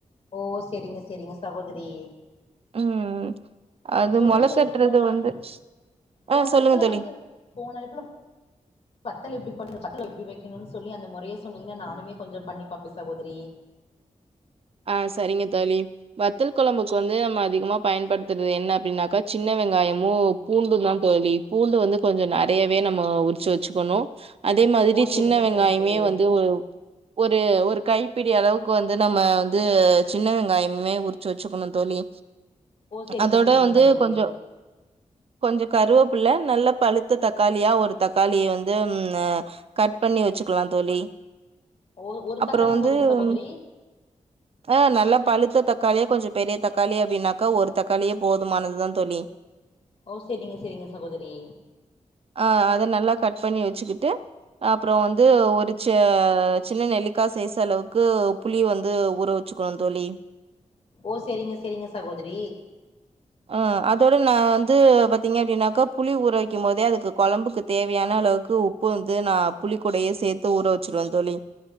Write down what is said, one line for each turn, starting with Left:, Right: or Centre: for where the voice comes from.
Left: ஓ செரிங்க செரிங்க சகோதரி
Right: ம் அது
Left: சொல்லுங்க
Right: மொள
Left: சகோதரி
Right: கட்றது
Left: போன அழை
Right: வந்து ஆ
Left: போன
Right: சொல்லுங்க
Left: அழைப்புல
Right: தோழி
Left: வந்து போன எடத்துல வத்தல் எப்டி பண்றது வத்தல் எப்டி வெக்கணும்னு சொல்லி அந்த மொறைய சொன்னீங்கன்னா நானுமே கொஞ்சோ பண்ணிப்பாப்பே சகோதரி
Right: ஆ செரிங்க தோழி வத்தல் கொழம்புக்கு வந்து நம்ம அதிகமா பயன்படுத்துறது என்ன அப்டின்னாக்கா சின்ன வெங்காயமு பூண்டுந்தா தோழி பூண்டு வந்து கொஞ்சோ நறையவே நம்ம உரிச்சி வெச்சுக்கணு அதே மாதிரி
Left: ஓ செரிங்க
Right: சின்ன வெங்காயமே
Left: சகோதரி
Right: வந்து ஒரு ஒரு ஒரு கைப்பிடி அளவுக்கு வந்து நம்ம வந்து து சின்ன வெங்காயமே உரிச்சு வெச்சுக்கணு தோழி
Left: ஓ செரிங்க
Right: அதோட
Left: செரிங்க
Right: வந்து
Left: சகோதரி
Right: கொஞ்சோ கொஞ்சம் கருவேப்புள்ள நல்ல பழுத்த தக்காளியா ஒரு தக்காளிய வந்து ஆ கட் பண்ணி வச்சிக்கலாம் தோழி
Left: ஓ ஒரு
Right: அப்றோ
Left: தக்காளி
Right: வந்து
Left: போதுமா சகோதிரி
Right: ஆ நல்லா பழுத்த தக்காளியா கொஞ்சம் பெரிய தக்காளி அப்டின்னாக்கா ஒரு தக்காளியே போதுமானதுதா தோழி
Left: ஓ செரிங்க செரிங்க சகோதிரி
Right: ஆ அத நல்லா கட் பண்ணி வச்சிக்கிட்டு அப்புறம் வந்து ஒரு ச சின்ன நெல்லிக்கா சைஸ் அளவுக்கு புளி வந் து ஊற வச்சிக்கணும் தோழி
Left: ஓ செரிங்க செரிங்க சகோதரி
Right: அ அதோட நா வந்து பாத்தீங்க அப்டின்னாக்கா புளி ஊறவெக்கும் போதே அதுக்கு கொழம்புக்குத் தேவையான அளவுக்கு உப் ப்பு வந்து நான் புளிக்கூடையே சேத்து ஊற வெச்சிருவே தோழி